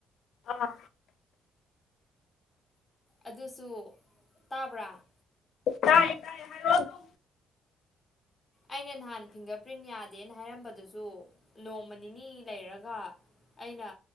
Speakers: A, on the left; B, on the left.
A: ꯑꯥ
B: ꯑꯗꯨꯁꯨ ꯇꯥꯕ꯭ꯔꯥ
A: ꯇꯥꯏ ꯇꯥꯏꯌꯦ ꯍꯥꯏꯔꯛꯑꯣ ꯑꯗꯨꯝ
B: ꯑꯩꯅ ꯅꯍꯥꯟ ꯐꯤꯡꯒꯔ ꯄ꯭ꯔꯤꯟ ꯌꯥꯗꯦꯅ ꯍꯥꯏꯔꯝꯕꯗꯨꯁꯨ ꯅꯣꯡꯃ ꯅꯤꯅꯤ ꯂꯩꯔꯒ ꯑꯩꯅ